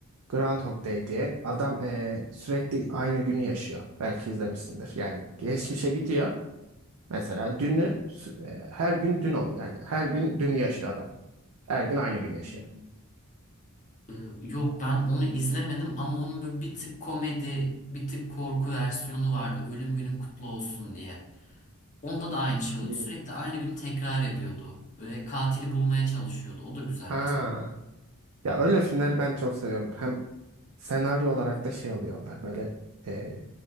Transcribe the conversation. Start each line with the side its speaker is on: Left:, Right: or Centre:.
Right: Groundhog Day diye. Adam eee, sürekli aynı günü yaşıyor. Belki izlemişsindir. Yani geçmişe gidiyor. Mesela dünü sü- eee, her gün dün oluyor. Yani her gün dünü yaşıyor adam. Her gün aynı günü yaşıyor.
Left: Hı. Ee, Yok ben onu izlemedim ama onun böyle bir tık komedi, bir tık korku versiyonu vardı. Ölüm günün kutlu olsun diye. Onda da aynı şey oluyordu.
Right: Hmm.
Left: Sürekli aynı günü tekrar ediyordu. Ve katili bulmaya çalışıyordu. O da güzel
Right: Ha.
Left: mesela.
Right: Ya öyle filmleri ben çok seviyorum. Hem senaryo olarak da şey alıyorlar böyle eee,